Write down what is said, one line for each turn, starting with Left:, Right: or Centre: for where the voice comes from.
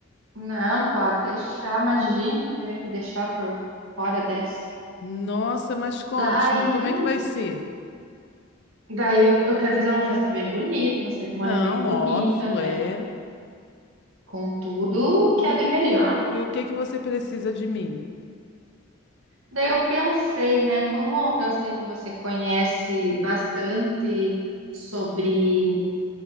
Right: Não, pode deixar, imagina que eu ia te deixar por fora dessa.
Left: Nossa, mas conte-me,
Right: Daí,
Left: como é que vai ser?
Right: daí eu, eu quero fazer uma festa bem bonita, uma cerimônia
Left: Não,
Right: bem bonita,
Left: óbvio,
Right: né?
Left: é.
Right: Com tudo
Left: E
Right: que é
Left: o,
Right: de melhor.
Left: e o que que você precisa de mim?
Right: Daí eu pensei, né? Como eu sei que você conhece bastante sobre